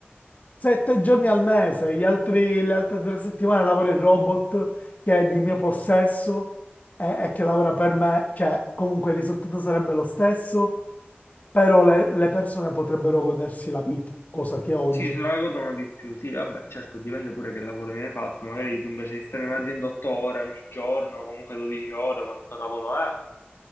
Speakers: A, on the left (about 40°); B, on the left (about 75°).
A: sette giorni al mese, gli altri- le altre tre settimane lavoro il robot che è di mio possesso e, e che lavora per me, cioè comunque il risultato sarebbe lo stesso, però le, le persone potrebbero godersi la vita, cosa che oggi.
B: Sì, se ne la godono di più, sì, vabbè, certo, dipende pure che lavoro viene fatto, magari tu invece di stare in azienda 8 ore ogni giorno, comunque 12 ore, quanto cavolo è,